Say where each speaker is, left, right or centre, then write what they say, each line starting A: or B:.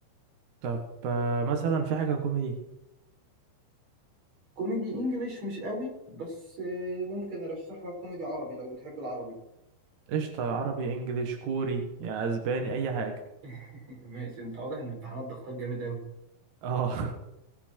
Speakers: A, on the right; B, on the right.
A: طب آه، مثلا في حاجه كوميدي
B: كوميدي انجليش مش قوي بس آه، ممكن ارشح لك كوميدي عربي لو بتحب العربي
A: قشطة عربي انجليش كوري يعني اسباني اي حاجة
B: <laughs> ماشي انت واضح ان الامتحانات ضغطك جامد قوي
A: اه